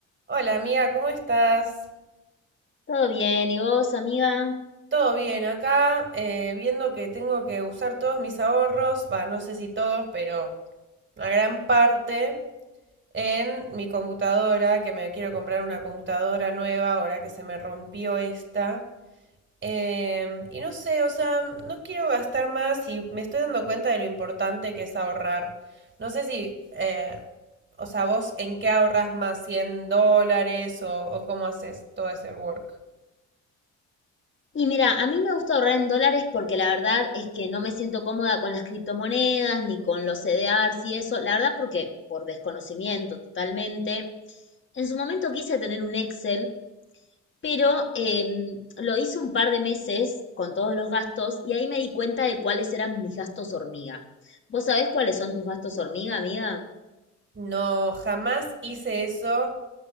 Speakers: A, on the right; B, on the left.
A: Hola amiga, ¿cómo estás?
B: Todo bien, ¿y vos, amiga?
A: Todo bien acá, eh, viendo que tengo que usar todos mis ahorros, va, no sé si todos, pero una gran parte en mi computadora, que me quiero comprar una computadora nueva ahora que se me rompió esta. Em, y no sé, o sea, no quiero gastar más y me estoy dando cuenta de lo importante que es ahorrar. No sé si, eh, o sea, vos en qué ahorras más, 100 dólares o, o cómo haces todo ese work.
B: Y mira, a mí me gusta ahorrar en dólares porque la verdad es que no me siento cómoda con las criptomonedas ni con los CDRs y eso, la verdad porque por desconocimiento totalmente. En su momento quise tener un Excel, pero em, lo hice un par de meses con todos los gastos y ahí me di cuenta de cuáles eran mis gastos hormiga. ¿Vos sabés cuáles son tus gastos hormiga, amiga?
A: No, jamás hice eso.